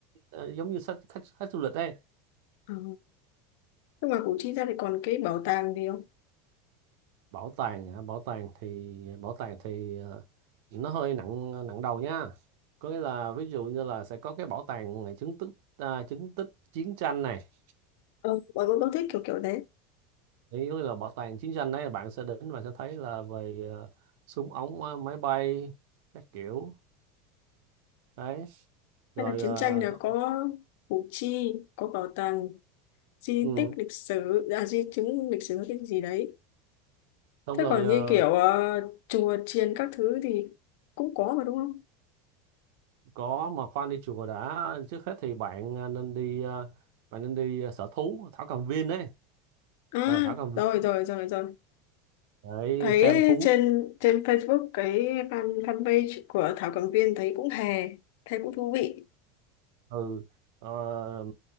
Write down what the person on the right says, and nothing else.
ờ, giống như khách khách, khách du lịch đây
bảo tàng hả bảo tàng thì bảo tàng thì ờ, nó hơi nặng nặng đầu nha có nghĩa là ví dụ như là sẽ có cái bảo tàng ngày chứng tích à, chứng tích chiến tranh này
thì có nghĩa là bảo tàng chiến tranh đấy là bạn sẽ đến và sẽ thấy là về ờ, súng ống ờ, máy bay các kiểu đấy
rồi
ờ,
xong-
ừ,
xong
rồi
ờ,
có mà khoan đi chùa đã trước hết thì bạn ờ, nên đi ờ, bạn nên đi ờ, sở thú Thảo Cầm Viên đấy
ờ, Thảo Cầm Viên
đấy
xem thú
ừ ờ,